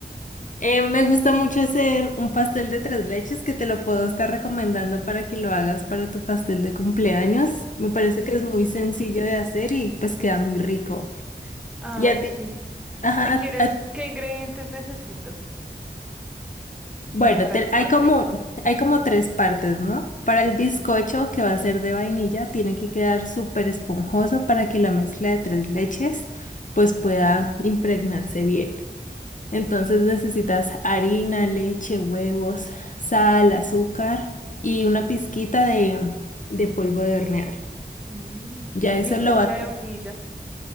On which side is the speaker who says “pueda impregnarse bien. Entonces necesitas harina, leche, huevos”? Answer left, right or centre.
Left